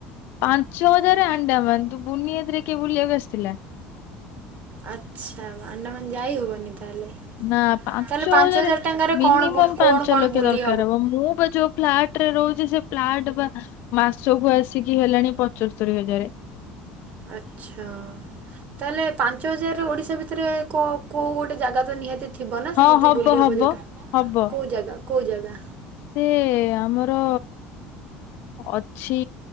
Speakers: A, on the left; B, on the right.
A: ପାଞ୍ଚହଜାରେ ଆଣ୍ଡାମାନ ତୁ ବୁନିୟାଦିରେ କିଏ ବୁଲିଆକୁ ଆସିଥିଲା।
B: ଆଚ୍ଛା ଆଣ୍ଡମାନ ଯାଇ ହବନି ତାହେଲେ
A: ନା ପାଞ୍ଚହଜାର
B: ତାହେଲେ ପାଞ୍ଚ ହଜାର ଟଙ୍କାରେ
A: ମିନିମମ୍
B: କଣ ବୁଲ
A: ପାଞ୍ଚଲକ୍ଷ
B: କଣ କଣ ବୁଲି
A: ଦରକାର ହବ ମୁଁ ବା ଯୋଉ ଫ୍ଲା ଟରେ ରହୁଚି ସେ ପ୍ଲାଟ ବା ମାସକୁ ଆସିକି ହେଲାଣି ପଚସ୍ତରୀହଜାର।
B: ଆଚ୍ଛା। ତାହେଲେ ପାଞ୍ଚହଜାରରେ ଓଡିଶା ଭିତରେ କୋଉ କୋଉ ଗୋଟେ ଜାଗା ତ ନିହାତି ଥିବ ନା
A: ହଁ
B: ସେମତି
A: ହବ
B: ବୁଲିହବ
A: ହବ
B: ଯୋଉଟା
A: ହବ।
B: କୋଉ ଜାଗା କୋଉ ଜାଗା?
A: ସେ ଆମର ଅଛି